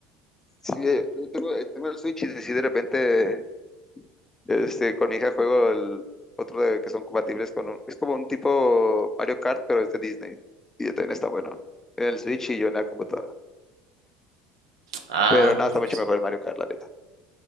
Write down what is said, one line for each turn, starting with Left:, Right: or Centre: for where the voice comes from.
Left: Sí, eh, yo tengo, eh, tengo el Switch y si de repente este, con mi hija juego el otro de- que son compatibles con... un- es como un tipo Mario Kart, pero es de Disney. Y también está bueno. En el Switch y yo en la computadora.
Right: Ah,
Left: Pero
Right: no,
Left: nada, está mucho
Right: pues,
Left: mejor el Mario Kart, la neta.